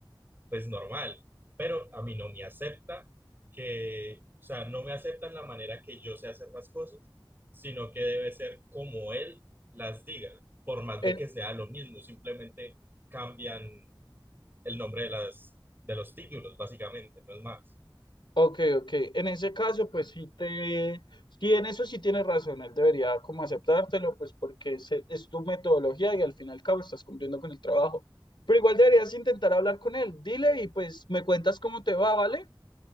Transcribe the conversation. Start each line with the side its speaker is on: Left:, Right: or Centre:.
Right: pues normal, pero a mí no me acepta que, o sea, no me aceptan la manera que yo sé hacer las cosas, sino que debe ser como él las diga, por más
Left: En,
Right: de que sea lo mismo, simplemente cambian el nombre de, las, de los títulos, básicamente, no es más.
Left: Ok, ok. En ese caso, pues sí te, sí, en eso sí tienes razón, él debería como aceptártelo, pues porque es, es tu metodología y al fin y al cabo estás cumpliendo con el trabajo. Pero igual deberías intentar hablar con él. Dile y pues me cuentas cómo te va, ¿vale?